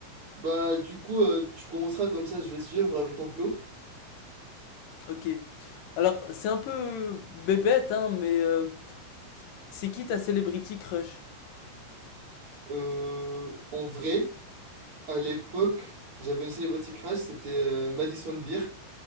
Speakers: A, on the right; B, on the left.
A: Bah du coup, euh, tu commenceras comme ça, je vais suivre avec ton flow.
B: Ok. Alors c'est un peu bébête hein, mais euh, c'est qui ta celebrity crush?
A: Euh, en vrai, à l'époque, j'avais une célébrité crush, c'était euh, Madison Beer,